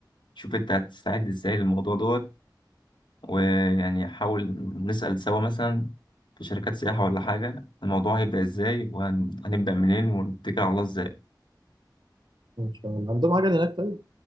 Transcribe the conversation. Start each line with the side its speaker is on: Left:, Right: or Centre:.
Left: شوف انت هتستعد ازاي للموضوع دوت ويعني حاول نسأل سوا مثلا في شركات سياحة ولا حاجة الموضوع هيبدأ ازاي وهنبدأ منين ونتكل على الله ازاي
Right: إن شاء الله عندهم عجل هناك طيب